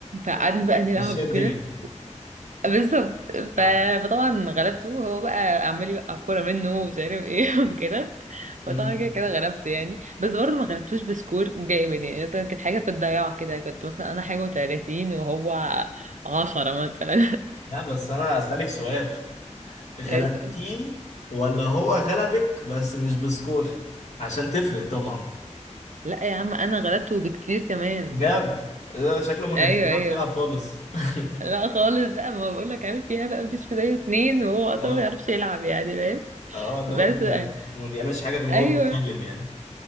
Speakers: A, on the right (about 75°); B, on the left (about 65°).
A: فقعدنا
B: آه،
A: بقى نلعب
B: مشيها
A: وكده
B: الدنيا
A: بالظبط ف...
B: اه
A: فطبعا غلبته هو بقى عمال يوقع كوره منه ومش عارف ايه <laughs> وكده
B: مم.
A: فطبعا كده كده غلبته يعني بس برضه ما غلبتوش بسكور جامد يعني مثلا كانت حاجه في الضياع كده كنت مثلا انا حاجه و30 وهو عشرة مثلا
B: لا بس انا اسالك سؤال غلبتيه
A: <laughs> اسال
B: ولا هو غلبك بس مش بسكور عشان تفرق طبعا
A: لا يا عم انا غلبته بكتير كمان
B: بجد ده شكله ما
A: ايوه
B: كانش بيعرف
A: ايوه
B: يلعب خالص <laughs>
A: لا خالص بقى ما بقولك عامل فيها بقى مفيش بداية اتنين وهو اصلا
B: اه
A: ما بيعرفش يلعب يعني فاهم
B: اه اللي
A: بس
B: هو بي-
A: بقى.
B: ما بيعملش حاجه غير ان
A: ايوه
B: هو بيتكلم يعني